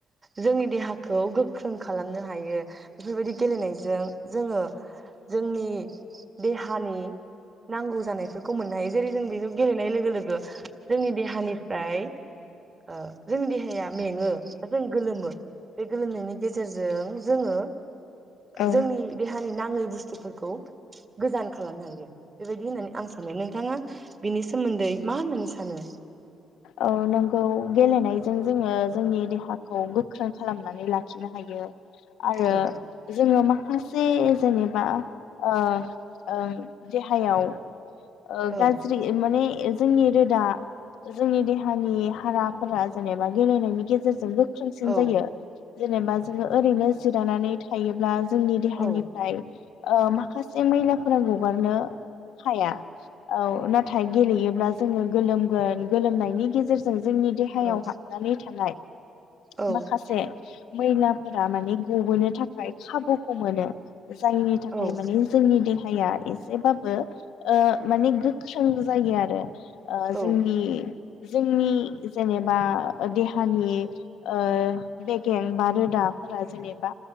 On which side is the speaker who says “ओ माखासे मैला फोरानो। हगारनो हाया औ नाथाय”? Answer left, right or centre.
Left